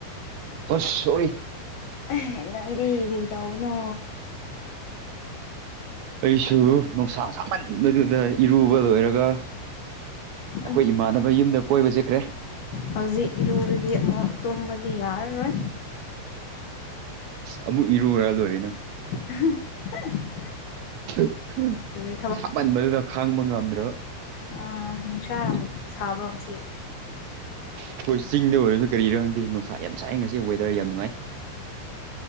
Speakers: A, on the right; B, on the left.
A: ꯑꯁ ꯑꯣꯏ
B: <unintelligible> ꯅꯪꯗꯤ ꯀ꯭ꯔꯤ ꯇꯧꯕꯅꯣ
A: ꯑꯩꯁꯨ ꯅꯨꯡꯁꯥ ꯁꯥꯃꯟꯕꯗꯨꯗ ꯏꯔꯨꯕ ꯂꯣꯏꯔꯒ ꯑꯩꯈꯣꯏ
B: ꯎꯝ
A: ꯏꯃꯥꯟꯅꯕ ꯌꯨꯝꯗ ꯀꯣꯏꯕ ꯆꯠꯈ꯭ꯔꯦ
B: ꯍꯧꯖꯤꯛ ꯏꯔꯨꯔꯗꯤ ꯑꯃꯨꯛ ꯇꯨꯝꯕꯗꯤ ꯌꯥꯔꯔꯣꯏ
A: ꯑꯃꯨꯛ ꯏꯔꯨꯨꯔ ꯂꯣꯏꯔꯦꯅ
B: <unintelligible>
A: <unintelligible>
B: ꯑꯗꯨꯗꯤ
A: ꯁꯥꯃꯟꯕꯗꯨꯗ ꯈꯥꯡꯕ ꯉꯝꯗ꯭ꯔꯕ
B: ꯑ ꯅꯨꯡꯁꯥ ꯑꯃꯨꯛ ꯁꯥꯕ꯭ꯔꯣ ꯉꯥꯁꯤ
A: ꯑꯩꯈꯣꯏ ꯆꯤꯡꯗ ꯑꯣꯏꯔꯁꯨ ꯀꯔꯤꯔ ꯈꯪꯗꯦ ꯅꯨꯡꯁꯥ ꯌꯥꯝ ꯁꯥꯏ ꯉꯥꯁꯤ ꯋꯦꯗ꯭ꯔ ꯌꯥꯝ ꯅꯨꯡꯉꯥꯏ